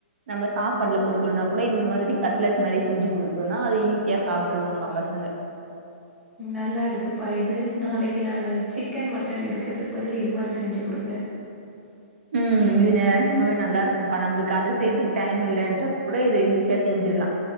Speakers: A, on the right (about 70°); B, in the centre.
A: நம்ம சாப்பாட்ல குடுக்கலனா கூட இந்த மாரி கட்லெட் மாரி செஞ்சு குடுத்தோனா அத ஈஸியா சாப்ட்ருவாங்க பசங்க
B: நல்லா இருக்குப்பா இது நாளைக்கு நானு சிக்கன், மட்டன் எடுக்கறதுக்கு பதில் இது மாரி செஞ்சு குடுக்கற
A: ம் இது நெஜமாவே நல்லா இருக்குன்க்கா நம்மளுக்கு அத செய்யறதுக்கு டைம் இல்லன்றப்ப கூட இத ஈஸியா செஞ்சிர்லா